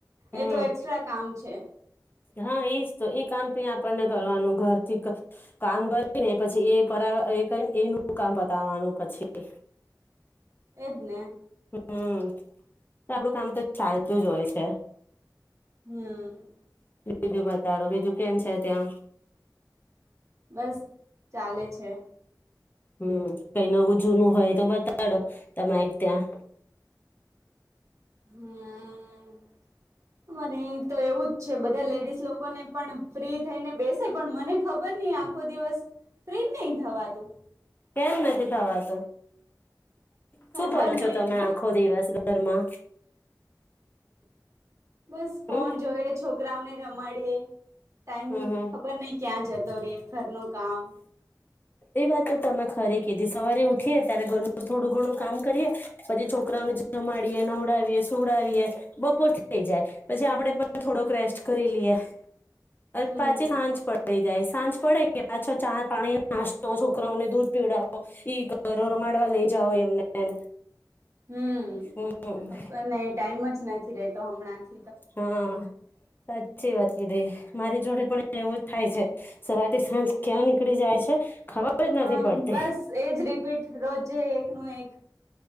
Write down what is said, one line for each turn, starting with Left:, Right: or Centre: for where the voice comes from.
Left: હમ
Right: એ તો એક્સ્ટ્રા કામ છે.
Left: હા એજ તો એ કામ પણ આપણને કરવાનું ઘરથી કામ કામ કરીને પછી, એ <unintelligible> એનું કામ પતાવાનું પછી.
Right: એ જ ને.
Left: હમ્મ તો આપડું કામ તો ચાલતું જ હોય છે.
Right: હમ્મ.
Left: બીજું બતાડો બીજું કેમ છે, ત્યાં?
Right: બસ ચાલે છે.
Left: હમ કઈ નવું જૂનું હોય તો બતાડો તમારી ત્યાં
Right: હમ્મ મને એ જ તો એવું જ છે, બધા લેડીઝ લોકો ને પણ ફ્રી થઈ ને બેસે પણ, મનેજ ખબર નહી આખો દિવસ ફ્રી જ નહી થવાતું.
Left: કેમ નથી થવાત શું
Right: ખબર
Left: કરો છો?
Right: નહી
Left: તમે આખો દિવસ ઘરમાં.
Right: બસ ફોન
Left: હમ
Right: જોડે છોકરાઓને રમાડીએ. ટાઈમ
Left: હમ હમ
Right: ખબર નહી ક્યાં જતો રેય. ઘરનુ કામ
Left: એ વાત તો‌ તમે ખરે કીધી સવારે ઉઠીએ ત્યારે ગર થોડું ઘણું કામ કરીએ પછી છોકરાઓને જમાડીએ, નવડાવીએ, સુવડાવીએ બપોર થઈ જાય પછી આપણેે પણ થોડોક રેસ્ટ કરી લઈએ. અ
Right: હમ
Left: પાછી સાંજ પડી જાય, સાંજ પડે કે પાછો ચા પાણી નાસ્તો છોકરાઓને દૂધ પીવડાવો. ગ ઈ કરો રમાડવા લઈ જાય એમને.
Right: હમ્મ
Left: હમ
Right: ખબર નઇ ટાઈમ જ નથી. રેતો હમણાં જ
Left: હા. સાચી વાત કીધી, મારી જોડે પણ એવું જ થાય છે. સવાથી સાંજ ક્યાં નીકળી જાય છે ખબર જ
Right: હા
Left: નથી પડતી
Right: બસ એજ રીપીટ રોજે એકનું એક.